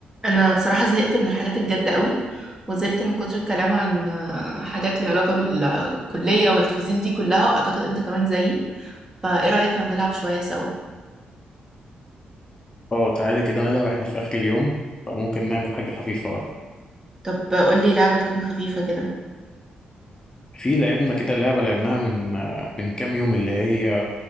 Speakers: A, on the right; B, on the left.
A: انا بصراحه زهقت من الحاجات الجد قوي وزهقت من كتر الكلام عن آه، حاجات ليها علاقه بالكليه والتفاصيل دي كلها اعتقد انت كمان زيي فايه رايك لو نلعب شويه سوا
B: اه تعالي كده نلعب احنا في اخر اليوم فممكن نعمل حاجه خفيفه
A: طب قول لي لعبه تكون خفيفه كده
B: في لعبنا كده لعبه لعبناها من من كام يوم اللي هي